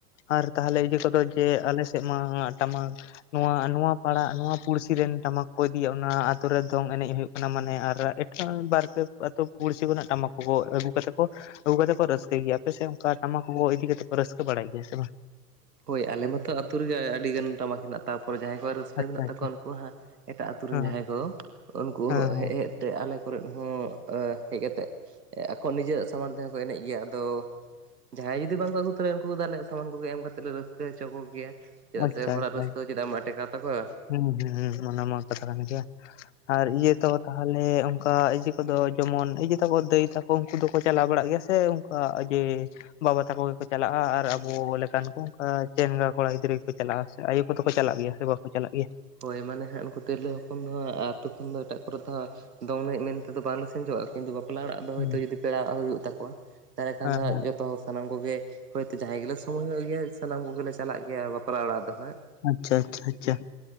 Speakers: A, on the left (about 50°); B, on the right (about 75°).
A: ᱟᱨ ᱛᱟᱦᱚᱞᱮ ᱤᱭᱟᱹ ᱠᱚᱫᱚ ᱡᱮ ᱟᱞᱮᱥᱮᱫ ᱢᱟ ᱴᱟᱢᱟᱠ ᱱᱚᱣᱟ ᱱᱚᱣᱟ ᱯᱟᱲᱟ ᱱᱚᱣᱟ ᱯᱩᱲᱥᱤ ᱨᱮᱱ ᱴᱟᱢᱟᱠ ᱠᱚ ᱤᱫᱤᱭᱟ ᱚᱱᱟ ᱟᱛᱩ ᱨᱮ ᱫᱚᱝ ᱮᱱᱮᱡ ᱦᱩᱭᱩᱜ ᱢᱟᱱᱮ ᱟᱨ ᱮᱴᱟᱜ ᱵᱟᱨ ᱯᱮ ᱟᱹᱛᱩ ᱯᱩᱲᱥᱤ ᱠᱚᱨᱮᱱᱟᱜ ᱴᱟᱢᱟᱠ ᱠᱚ ᱟᱹᱜᱩ ᱠᱟᱛᱮ ᱠᱚ ᱟᱹᱜᱩ ᱠᱟᱛᱮ ᱠᱚ ᱨᱟᱹᱥᱠᱟᱹᱭ ᱜᱮᱭᱟ ᱾ ᱟᱯᱮ ᱥᱮ ᱚᱱᱠᱟ ᱴᱟᱢᱟᱠ ᱠᱚᱠᱚ ᱤᱫᱤ ᱠᱟᱛᱮ ᱠᱚ ᱨᱟᱹᱥᱠᱟᱹ ᱵᱟᱲᱟᱭ ᱜᱮᱭᱟ ᱥᱮ ᱵᱟᱝ?
B: ᱦᱳᱭ, ᱟᱞᱮ ᱢᱟᱛᱚ ᱟᱛᱩ ᱨᱮᱜᱮ ᱟᱹᱰᱤ ᱜᱟᱱ ᱴᱟᱢᱟᱠ ᱦᱮᱱᱟᱜ, ᱛᱟᱯᱚᱨᱮ ᱡᱟᱦᱟᱸᱭ ᱠᱚᱣᱟᱜ ᱨᱟᱹᱥᱠᱟᱹ
A: ᱟᱪᱪᱷᱟ
B: ᱢᱮᱱᱟᱜ ᱛᱟᱠᱚᱣᱟ
A: ᱟᱪᱪᱷᱟ
B: ᱩᱱᱠᱩ ᱦᱟᱸᱜ ᱮᱴᱟᱜ ᱟᱛᱩ ᱨᱮᱱ
A: ᱦᱮᱸ
B: ᱡᱟᱦᱟᱸᱭ
A: ᱦᱮᱸ
B: ᱠᱚ ᱩᱱᱠᱩ
A: ᱦᱮᱸ
B: ᱦᱮᱡ ᱦᱮᱡ ᱛᱮ ᱟᱞᱮ ᱠᱚᱨᱮᱫ ᱦᱚᱸ ᱟᱸ ᱦᱮᱡ ᱠᱟᱛᱮᱫ ᱟᱠᱚ ᱱᱤᱡᱮᱨᱟᱜ ᱥᱟᱢᱟᱱ ᱛᱮᱦᱚᱸ ᱠᱚ ᱮᱱᱮᱡ ᱜᱮᱭᱟ ᱾ ᱟᱫᱚ ᱡᱟᱦᱟᱸᱭ ᱡᱩᱫᱤ ᱵᱟᱝᱠᱚ ᱟᱹᱜᱩ ᱛᱚᱨᱟᱭ ᱩᱱᱠᱩ ᱫᱚ ᱟᱞᱮᱭᱟᱜ ᱥᱟᱢᱟᱱ ᱠᱚ ᱮᱢ ᱠᱟᱛᱮ ᱞᱮ ᱨᱟᱹᱥᱠᱟᱹ ᱦᱚᱪᱚ ᱠᱚᱜᱮᱭᱟ ᱾ ᱪᱮᱫᱟᱜ
A: ᱟᱪᱪᱷᱟ
B: ᱥᱮ ᱦᱚᱲᱟᱜ
A: ᱟᱪᱪᱷᱟ
B: ᱨᱟᱹᱥᱠᱟᱹ ᱪᱮᱫᱟᱜ ᱮᱢ ᱟᱴᱮᱠᱟᱣ ᱛᱟᱠᱚᱣᱟ ᱾
A: ᱦᱩᱸ ᱦᱩᱸ ᱦᱩᱸ ᱾ ᱚᱱᱟ ᱢᱟ ᱠᱟᱛᱷᱟ ᱠᱟᱱ ᱜᱮᱭᱟ ᱟᱨ ᱤᱭᱟᱹ ᱛᱚ ᱛᱟᱦᱚᱞᱮ ᱚᱱᱠᱟ ᱤᱭᱟᱹ ᱠᱚᱫᱚ ᱡᱮᱢᱚᱱ ᱮᱤᱡᱮ ᱛᱟᱠᱚ ᱫᱟᱹᱭ ᱛᱟᱠᱚ ᱩᱱᱠᱩ ᱫᱚᱠᱚ ᱪᱟᱞᱟᱣ ᱵᱟᱲᱟᱜ ᱜᱮᱭᱟ ᱥᱮ ᱚᱝᱠᱟ ᱡᱮ ᱵᱟᱵᱟ ᱛᱟᱠᱚ ᱜᱮᱠᱚ ᱪᱟᱞᱟᱜᱼᱟ ᱟᱨ ᱟᱵᱚ ᱞᱮᱠᱟᱱ ᱠᱚ ᱚᱱᱠᱟ ᱪᱮᱝᱲᱟ ᱠᱚᱲᱟ ᱜᱤᱫᱽᱨᱟᱹ ᱜᱮᱠᱚ ᱪᱟᱞᱟᱜᱼᱟ? ᱟᱭᱳ ᱠᱚᱫᱚ ᱠᱚ ᱪᱟᱞᱟᱜ ᱜᱮᱭᱟ ᱥᱮ ᱵᱟᱠᱚ ᱪᱟᱞᱟᱜ ᱜᱮᱭᱟ?
B: ᱦᱳᱭ ᱢᱟᱱᱮ ᱦᱟᱸᱜ ᱩᱱᱠᱩ ᱛᱤᱨᱞᱟᱹ ᱦᱚᱯᱚᱱ ᱫᱚ ᱦᱟᱸᱜ ᱟᱛᱳ ᱠᱷᱚᱱ ᱫᱚ ᱮᱴᱟᱜ ᱠᱚᱨᱮ ᱫᱚ ᱦᱟᱸᱜ ᱫᱚᱝ ᱮᱱᱮᱡ ᱢᱮᱱ ᱛᱮᱫᱚ ᱵᱟᱝᱞᱮ ᱥᱮᱱ ᱪᱚᱣᱟᱜ ᱦᱩᱭᱩᱜᱼᱟ ᱠᱤᱱᱛᱩ ᱵᱟᱯᱞᱟ ᱚᱲᱟᱜ ᱫᱚ
A: ᱦᱮᱸ
B: ᱦᱚᱭᱛᱳ ᱡᱩᱫᱤ ᱯᱮᱲᱟ ᱟᱜ ᱦᱩᱭᱩᱜ ᱛᱟᱠᱚᱣᱟ ᱛᱟᱦᱚᱞᱮ ᱠᱷᱟᱱ
A: ᱦᱮᱸ
B: ᱦᱟᱸ ᱡᱚ ᱛᱚ ᱥᱟᱱᱟᱢ ᱠᱚᱜᱮ ᱦᱚᱭᱛᱳ ᱡᱟᱦᱟᱸᱭ ᱜᱮᱞᱮ ᱥᱚᱢᱚᱭᱚᱜ ᱜᱮᱭᱟ ᱥᱟᱱᱟᱢ ᱠᱚᱜᱮᱞᱮ ᱪᱟᱞᱟᱜ ᱜᱮᱭᱟ ᱵᱟᱯᱞᱟ ᱚᱲᱟᱜ ᱫᱚ ᱦᱟᱸᱜ ᱾
A: ᱟᱪᱪᱷᱟ ᱟᱪᱪᱷᱟ ᱟᱪᱪᱷᱟ ᱾